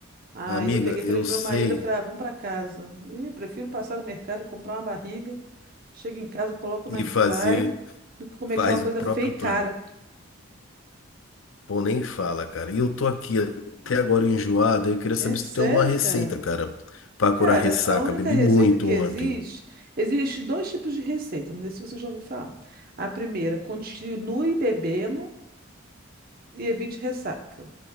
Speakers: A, on the right (about 45°); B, on the left (about 65°).
A: Aí
B: Amiga,
A: eu peguei, falei
B: eu
A: com
B: sei
A: meu marido, eu falei, ah, vamos pra casa. Ih, prefiro passar no mercado, comprar uma barriga, chego em casa, coloco na
B: e
A: airfry,
B: fazer,
A: do que comer
B: faz
A: aquela coisa
B: o próprio
A: feia e cara.
B: torresmo. Pô, nem fala, cara. E eu tô aqui até agora enjoado, eu queria
A: É
B: saber
A: sério,
B: se tu tem alguma receita,
A: cara.
B: cara, pra
A: Cara,
B: curar ressaca.
A: a única
B: Bebi
A: receita
B: muito
A: que
B: ontem.
A: existe, existe dois tipos de receita, não sei se você já ouviu falar. A primeira, continue bebendo e evite ressaca.